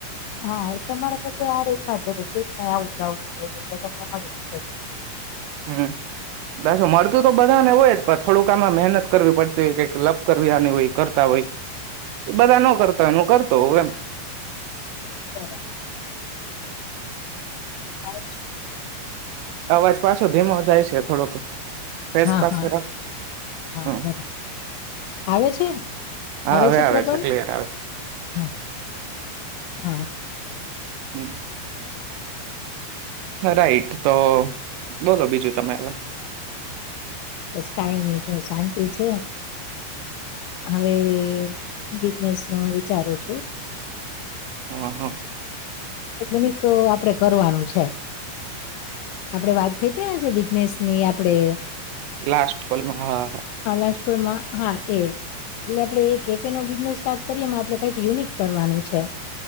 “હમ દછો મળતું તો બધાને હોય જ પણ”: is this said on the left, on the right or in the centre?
Right